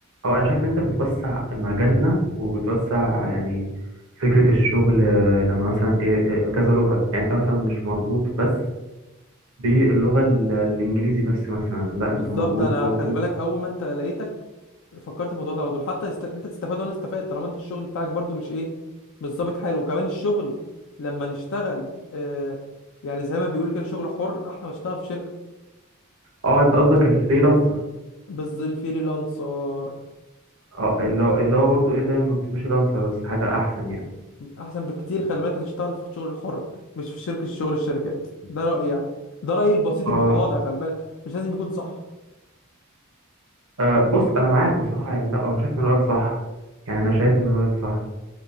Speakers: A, on the right (about 70°); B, on the left (about 60°).
A: اه انا شايف ان انت بتوسع مجالنا وبتوسع يعني فكره الشغل آه، لما مثلا ايه إيه، بكذا لغه يعني انت مثلا مش مربوط بس باللغه ال- الانجليزي بس مثلا لا
B: بالظبط
A: انت مربوط
B: انا
A: برضو
B: خلي بالك اول ما انت لقيتك فكرت في الموضوع ده على طول حتى است... انت تستفاد وانا استفاد طالما انت الشغل بتاعك برضو مش ايه مش ظابط حاله وكمان الشغل لما نشتغل آه يعني زي ما بيقولوا كده شغل حر احسن ما نشتغل في شركه
A: اه انت قصدك الفريلانسر
B: بس الفريلانسر
A: اه اللي هو اللي هو برضو ايه زي ما قلت لانسر بس حاجه احسن يعني
B: احسن بكتير خلي بالك نشتغل في الشغل الحر مش في شركه شغل الشركات ده رايي يعني ده رايي البسيط
A: اه
B: المتواضع خلي بالك مش لازم يكون صح
A: أه بص انا معاك بصراحه يعني لا انا شايف ان رايك صح يعني انا شايف ان رايك صح